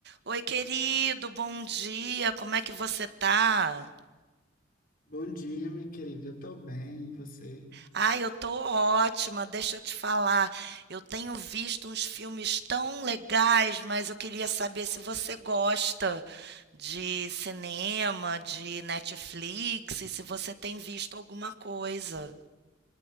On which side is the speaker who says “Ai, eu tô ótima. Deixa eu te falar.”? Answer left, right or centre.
Right